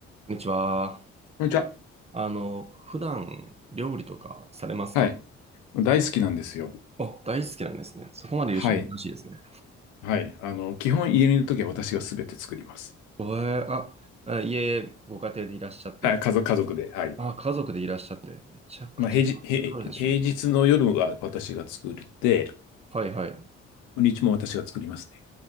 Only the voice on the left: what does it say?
こんにちは。
はい。大好きなんですよ。
はい。はい。あの、基本家にいるときは私がすべて作ります。
はい家族、家族で。はい。
まあ、平日、平、平日の夜は私が作って、
土日も私が作りますね。